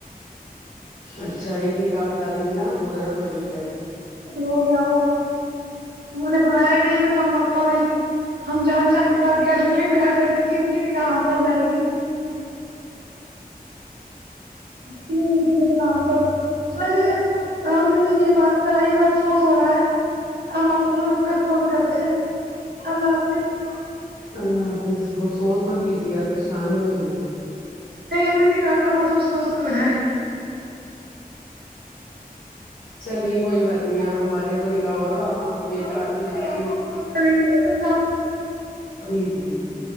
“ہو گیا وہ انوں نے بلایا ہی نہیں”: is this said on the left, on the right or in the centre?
Right